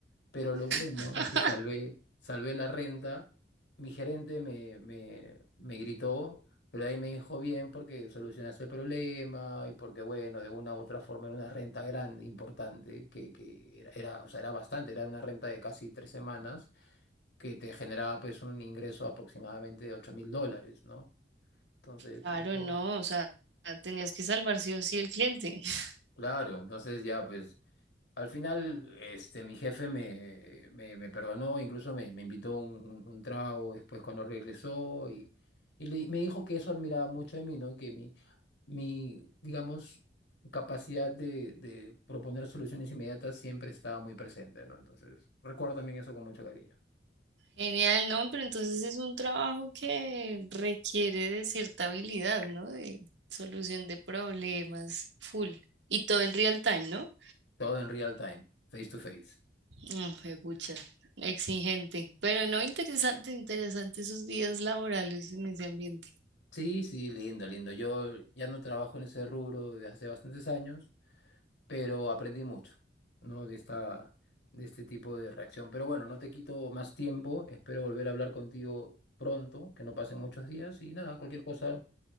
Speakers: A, on the left; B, on the right.
A: Pero lo bueno
B: <laughs>
A: es que salvé, salvé la renta. Mi gerente me, me, me gritó, pero ahí me dijo bien porque solucionaste el problema y porque, bueno, de una u otra forma era una renta grande, importante, que, que era, era, o sea, era bastante, era una renta de casi tres semanas que te generaba pues un ingreso aproximadamente de ocho mil dólares, ¿no? Entonces
B: Claro,
A: me dijo,
B: no, o sea, tenías que salvar sí o sí el cliente. <laughs>
A: claro, entonces ya pues Al final, este, mi jefe me, me, me perdonó, incluso me, me invitó un, un, un trago después cuando regresó y, y le- me dijo que eso admiraba mucho de mí, ¿no? Que mi, mi, digamos, capacidad de, de proponer soluciones inmediatas siempre estaba muy presente, ¿no? Entonces, recuerdo también eso con mucho cariño.
B: Genial, ¿no? Pero entonces es un trabajo que requiere de cierta habilidad, ¿no? De solución de problemas, full. Y todo en real time, ¿no?
A: Todo en real time, face to face.
B: Mm, pucha, exigente. Pero no, interesante, interesante esos días laborales en ese ambiente.
A: Sí, sí, lindo, lindo. Yo ya no trabajo en ese rubro desde hace bastantes años. pero aprendí mucho, ¿no? De esta, de este tipo de reacción. Pero bueno, no te quito más tiempo, espero volver a hablar contigo pronto, que no pasen muchos días y nada, cualquier cosa,